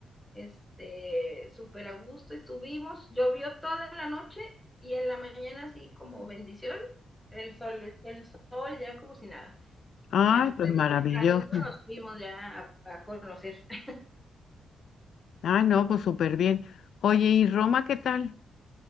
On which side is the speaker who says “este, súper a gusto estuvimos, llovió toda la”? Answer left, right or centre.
Centre